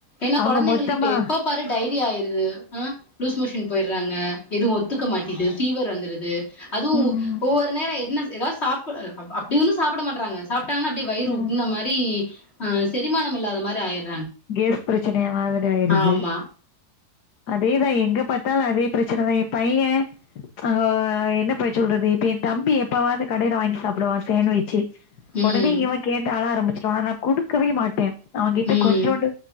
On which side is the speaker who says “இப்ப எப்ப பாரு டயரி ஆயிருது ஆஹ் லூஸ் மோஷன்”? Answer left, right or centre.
Left